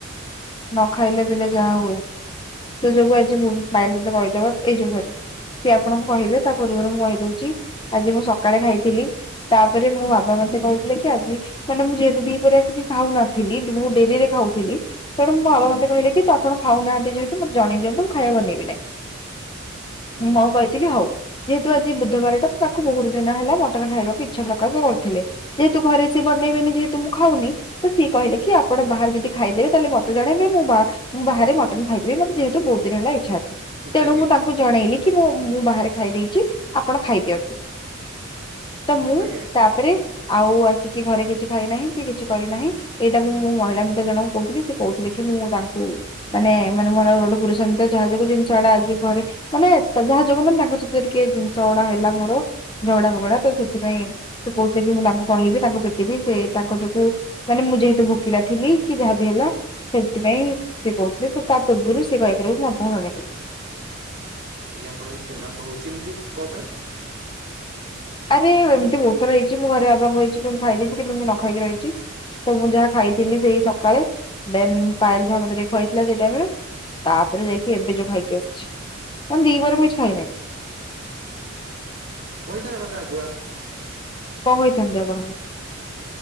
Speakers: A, on the left (about 25°); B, on the right (about 60°).
A: ନ ଖାଇଲେ ପିଲଲେ ଯାହା ହୁଏ। ତୋ ଯୋଗୁ ଆଜି ବ ପାଏଲ ତତେ କହିଦବ ଏଇ ଯୋଉ ସରି ସିଏ ଆପଣଙ୍କୁ କହିବେ ତା ପୂର୍ବରୁ ମୁଁ କହିଦଉଛି ଆଜି ମୁଁ ସକାଳେ ଖାଇଥିଲି ତାପରେ ମୋ ବାବା ମତେ କହିଥିଲେ କି ଆଜି ମାନେ ମୁଁ ଯେହେତୁ ଦିପହରେ ଆସିକି ଖାଉନଥିଲି ମୁଁ ଡେରିରେ ଖାଉଥିଲି ତେଣୁ ମୋ
B: ହୁଁ
A: ବାବା ମତେ କହିଲେ କି ତୁ ଆପଣ ଖାଉନାହାନ୍ତି ଯେହେତୁ ମତେ ଜଣେଇ ଦିଅନ୍ତୁ ମୁଁ ଖାଇବାକୁ ବନେଇବି ନାହିଁ।
B: ହୁଁ
A: ମୁଁ ହଉ କହିଲି। ଥିଲ ହଉ ଯେହେତୁ ଆଜି ବୁଧବାରଟା ତାକୁ ବହୁତ ଦିନ ହେଲା ମଟନ ଖାଇବାକୁ ଇଚ୍ଛା ପ୍ରକାଶ କରିଥିଲେ। ଯେହେତୁ ଘରେ ସିଏ ବନେଇବେନି ଯେହେତୁ ମୁଁ ଖାଉନି ତ ସିଏ କହିଲେ କି ଆପଣ ବାହାରେ ଯଦି ଖାଇଦେବେ ତାହେଲେ ମତେ ଜଣେଇଦେବେ ମୁଁ ବାହାରେ ମଟନ ଖାଇଦେବି ମତେ ଯେହେତୁ ବହୁତ ଦିନ ହେଲା ଇଛା ଅଛି ତେଣୁ
B: ଆଜ୍ଞା
A: ମୁ ତାଙ୍କ ଜଣେଇଲି କି ମୁଁ ମୁଁ ବାହାରେ ଖାଇ ଦେଇଛି ଆପଣ ଖାଇଦିଅନ୍ତୁ। ତ ମୁଁ
B: ଆଜ୍ଞା।
A: ତାପରେ ଆଉ ଆସିକି ଘରେ କିଛି ଖାଇନାହିଁ କି କିଛି କରିନାହିଁ ଏଇଟା ମୁଁ ମୁଁ ମହିଳା ମିତ ଜଣଙ୍କୁ କହୁଥିଲି ସେ କହୁଥିଲେ କି ମୁଁ ତାଙ୍କୁ ମାନେ ମାନେ ମୋର ଗୋଟେ ପୁରୁଷିତ ଯାହା ଯୋଉ ଜିନିଷ ଗଡା ଆଜି ଘରେ ମାନେ ଯାହା ଯୋଗୁ ମାନେ ତାଙ୍କ ସହିତ ଟିକେ ଜିନିଷ ଗୁଡା ହେଲା ମୋର ଝଗଡା ଫଗଡା ତ ସେଥିପାଇଁ ସେ କୋହୁଥିଲେକି ମୁଁ ତାଙ୍କୁ କହିବି ତାଙ୍କୁ ଭେଟିବି ସେ ତାଙ୍କ ଯୋଠୁ ମାନେ ମୁଁ ଯେହେତୁ ଭୋକିଲା ଥିଲି କି ଯାହାବି ହେଲା ସେଥିପାଇଁ ସେ କହୁଥିଲେ ତ ତା ପୂର୍ବରୁ ସେ କହିପାରକୁ ମୁଁ ଆପଣଙ୍କୁ ଜଣେଇଥିଲି।
B: ଆଜ୍ଞା ଆପଣଙ୍କୁ କ୍ଷମା କହୁଛି ଏମିତି କଣ ପାଇଁ?
A: ଆରେ ଏମିତି ବହୁତଥର ରହିଛି ମୁଁ ଘରେ ଆବା ହେଇଛି କି ମୁଁ ଖାଇ ଦେଇଛି କିନ୍ତୁ ମୁଁ ନ ଖାଇକି ରହିଛି। ତ ମୁଁ ଯାହା ଖାଇଥିଲି ସେଇ ସକାଳେ ଦେନ ପାୟଲ ଯାହା ମତେ ଟିକେ ଖୁଇଥିଲା ସେଇ ଟାଇମରେ ତାପରେ ଯାଇକି ଏବେ ଯୋଉ ଖାଇକି ଆସିଛି କ ଦି ପହରେ ମୁଁ କିଛି ଖାଇନାହି।
B: କହିଥାନ୍ତ ମତେ ଆଗୁଆ।
A: କଣ କହିଥାନ୍ତି ଆପଣଙ୍କୁ?